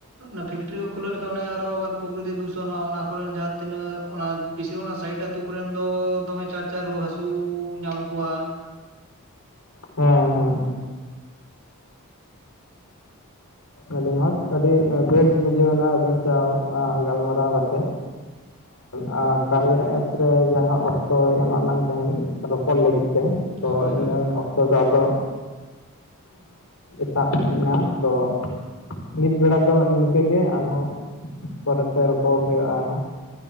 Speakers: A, on the right (about 70°); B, on the left (about 85°).
A: ᱚᱱᱟ ᱯᱷᱮᱠᱴᱨᱤ ᱠᱚ ᱠᱷᱩᱞᱟᱹᱣ ᱞᱮᱠᱷᱟᱱ ᱟᱨᱚ ᱟᱵᱟᱨ ᱯᱨᱚᱠᱨᱤᱤᱛ ᱫᱩᱥᱚᱱᱚᱜᱼᱟ ᱚᱱᱟ ᱠᱚᱨᱮ ᱡᱟᱦᱟᱸ ᱛᱤᱱᱟᱹᱜ ᱚᱱᱟ ᱯᱪᱤᱨ ᱚᱱᱟ ᱥᱟᱭᱤᱰ ᱟᱹᱛᱩᱳ ᱠᱚᱨᱮᱱ ᱫᱚ ᱫᱚᱢᱮ ᱪᱟᱨ ᱪᱟᱨ ᱨᱩᱣᱟᱹ ᱦᱟᱹᱥᱩ ᱧᱟᱢ ᱠᱚᱣᱟ
B: ᱦᱩᱸ ᱦᱩᱸ ᱟᱹᱰᱤ ᱢᱚᱸᱡᱽ ᱟᱹᱰᱤ ᱵᱮᱥ ᱵᱩᱡᱷᱟᱹᱣᱱᱟ ᱟᱹᱵᱤᱱ ᱥᱟᱶ ᱜᱟᱞᱢᱟᱨᱟᱣ ᱠᱟᱛᱮᱫ ᱟᱨ ᱠᱟᱨᱮᱭᱟᱜ ᱮᱯᱥ ᱨᱮ ᱡᱟᱦᱟᱸ ᱚᱠᱛᱚᱭ ᱮᱢᱟᱜ ᱞᱟᱝᱜ ᱛᱟᱦᱮᱸᱱ ᱨᱚᱯᱚᱲ ᱞᱟᱹᱜᱤᱫ ᱛᱮ ᱛᱮ ᱛᱚ
A: ᱦᱳᱭ
B: ᱤᱱᱟᱹ
A: ᱦᱳᱭ
B: ᱚᱛᱚ ᱛᱮ ᱟᱫᱚ ᱮᱛᱟᱜ ᱦᱮᱡ ᱮᱱᱟ ᱛᱚ ᱱᱤᱛ ᱵᱮᱲᱟ ᱫᱚ ᱱᱤᱝᱠᱟᱹ ᱜᱮ ᱟᱨᱦᱚᱸ ᱯᱚᱨᱮ ᱛᱮ ᱨᱚᱯᱚᱲ ᱦᱩᱭᱩᱜᱼᱟ ᱟᱨᱦᱚᱸ